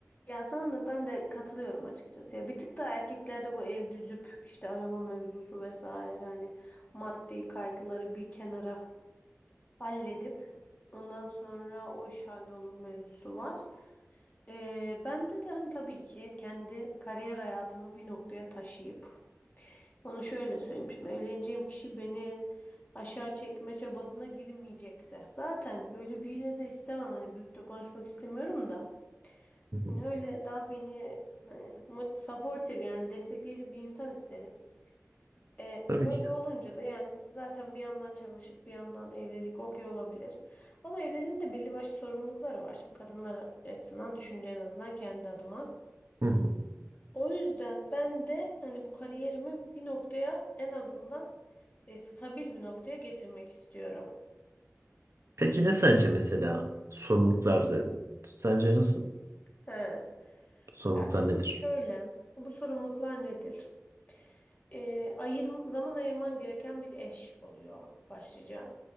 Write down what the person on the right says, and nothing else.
Hı
hı.
Tabii
ki.
Hı hı.
Peki ne sence mesela sorumluluklar dedin? Sence nasıl
sorumluluklar
nedir?